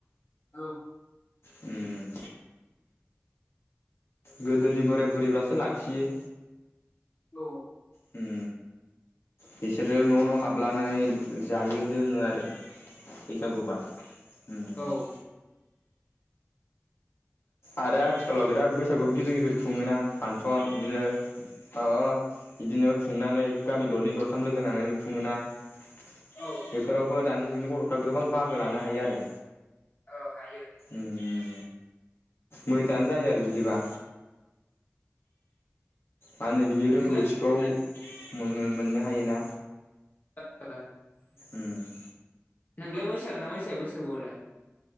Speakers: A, on the left (about 40°); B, on the left (about 60°).
A: औ
B: उम गोदोनि बोराय बुरैफ्रासो लाखियो।
A: औ
B: हम बिसोरो न' न' हाबलानानै जायो लोङो आरो बैसागुबा <unintelligible>
A: औ
B: आरो आथिखालाव बिराद बैसागुबो गिदिर गिदिर खुङोना फांसन इदिनो माबा इदिनो खुंनानै गामि दरनै दरथाम लोगो नानानै खुङोना। बेफोरावबो
A: औ
B: दानि जोंनि गथ'फ्रा गोबां बाहागो लानो हायो आरो।
A: औ हायो हायो
B: उम मोजाङानो जायो आरो बिदिबा मा होनो बिनि रोंगौथिखौ।
A: नोंलाय
B: मोननो मोननो हायोना।
A: <unintelligible>
B: उम
A: नोंलाय मोसागोन ना मोसाया बैसागुआवलाय?